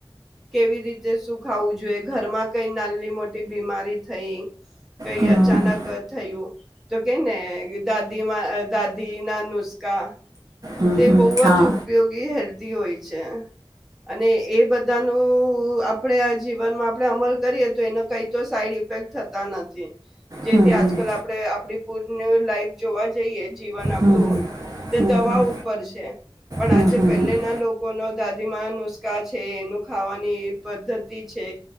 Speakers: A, in the centre; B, on the right (about 40°).
A: કેવી રીતે સુ ખાવું જોઈએ ઘરમાં કઈ નાલી મોટી બીમારી થઈ. કઈ
B: હમ
A: અચાનક
B: હમ
A: થયું. તો કે ને દાદી. મા દાદી ના નુસ્કા.
B: હમ
A: તે
B: હમ
A: બહુ
B: હા
A: જ ઉપયોગી હે. હોય છે અને એ બધા ન આપડ જીવનમાં આપણે અમલ કરીએ તો એનો કઈ તો સાઈડ ઇફેક્ટ થતા નથી. જેથી
B: હમ
A: આજકાલ
B: હમ
A: આપડે આપડી. પૂર્ણ લાઈફ જોવા જઈએ. જીવન આપડું
B: હમ હમ
A: તે
B: હમ
A: દવાર. છે પણ
B: હમ હમ
A: આજે
B: હમ હમ
A: પેલે ના લોકો ન દાદીમાં નુસ્ખા. છે એનું ખાવાની પદ્ધતિ છે.